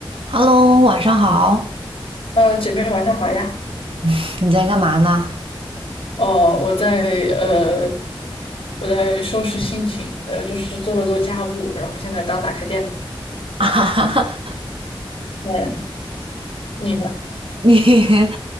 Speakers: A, on the right; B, on the left.
A: Hello，晚上好。
B: 呃，姐妹晚上好呀。
A: <laughs> 你在干嘛呢？
B: 哦，我在呃，我在收拾心情，呃，就是做了做家务，然后现在刚打开电脑。
A: <laughs> 啊
B: 嗯，你呢？
A: 你，